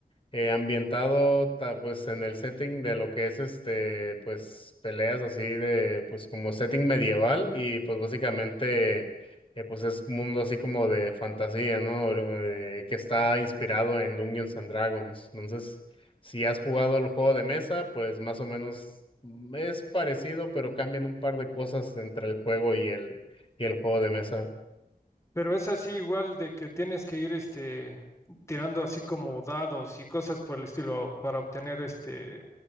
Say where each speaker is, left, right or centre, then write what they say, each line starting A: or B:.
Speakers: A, on the left (about 35°); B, on the left (about 15°).
A: Eh, ambientado ta- pues en el setting de lo que es este, pues peleas así de, pues como setting medieval y pues básicamente eh, pues es un mundo así como de fantasía, ¿no? Eh, que está inspirado en Dungeons and Dragons. Entonces, si has jugado el juego de mesa, pues más o menos mm, es parecido, pero cambian un par de cosas entre el juego y el, y el juego de mesa.
B: Pero es así igual de que tienes que ir este tirando así como dados y cosas por el estilo para obtener este